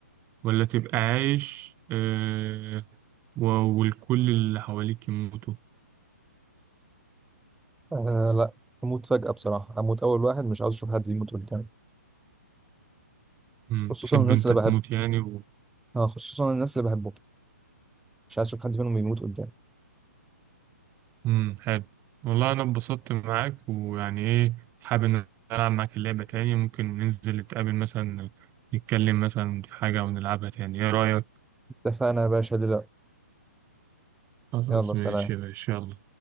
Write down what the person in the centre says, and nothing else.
آه لا أموت فجأة بصراحة أموت أول واحد مش عاوز أشوف حد بيموت قدامي
خصوصا
الناس
اللي
بحب
آه خصوصا الناس اللي بحبهم مش عايز أشوف حد منهم بيموت قدامي
اتفقنا يا باشا دلوقتي
يلا سلام